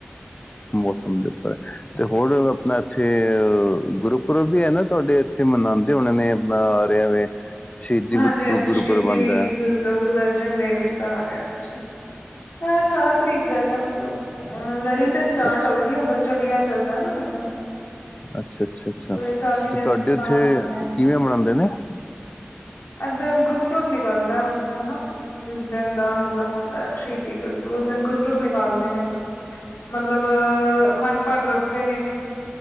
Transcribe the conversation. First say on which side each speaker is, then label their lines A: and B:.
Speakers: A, on the left; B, on the left.
A: ਮੌਸਮ ਦੇ ਉੱਪਰ ਹੈ। ਤੇ ਹੋਰ ਆਪਣਾ ਇੱਥੇ ਅਹ ਗੁਰਪੁਰਬ ਵੀ ਹੈ ਨਾ ਤੁਹਾਡੇ ਇੱਥੇ ਮਨਾਂਦੇ ਉਹਨਾਂ ਨੇ ਆਪਣਾ ਆ ਰਿਹਾ ਸ਼ਹੀਦੀ
B: ਹਾਂਜੀ-ਹਾਂਜੀ
A: ਗੁਰ ਗੁਰੂ
B: ਸ਼ਹੀਦੀ
A: ਪੁਰਬ ਆਂਦੈ।
B: ਗੁਰੂ ਗੁਰੂ ਅਰਜਨ ਦੇਵ ਜੀ ਦਾ ਆ ਰਿਹਾ ਜੀ, ਐ ਅਠਾਰਾਂ ਤਰੀਕ ਦਾ ਹੈਗਾ ਮਤਲਬ। ਅ ਲੜੀ ਤੇ ਸਟਾਰਟ
A: ਅੱਛਾ
B: ਹੋਈ ਦੀ ਐ ਮਤਲਬ ਚਲਿਆ ਚੱਲਦਾ ਨਾ ਇੱਧਰ।
A: ਅੱਛਾ ਅੱਛਾ ਅੱਛਾ
B: ਪੂਰੇ ਚਾਲੀ
A: ਤੇ
B: ਦਿਨ
A: ਤੁਹਾਡੇ ਉੱਥੇ
B: ਪਾਠ ਹੁੰਦੇ ਨੇ
A: ਕਿਵੇਂ ਮਨਾਂਦੇ ਨੇ।
B: ਇੱਧਰ ਗੁਰਪੁਰਬ ਨਿਕਲਦਾ ਉਸ ਦਿਨ ਨਾ ਜਿਸ ਦਿਨ ਦਾ ਮਤਲਬ ਹੁੰਦੈ ਸ਼ਹੀਦੀ ਗੁਰਪੁਰੁਬ ਉਸ ਦਿਨ ਗੁਰਪੁਰੁਬ ਨਿਕਾਲਦੇ ਨੇ ਮਤਲਬ ਅਖੰਡ ਪਾਠ ਰੱਖਦੇ ਨੇ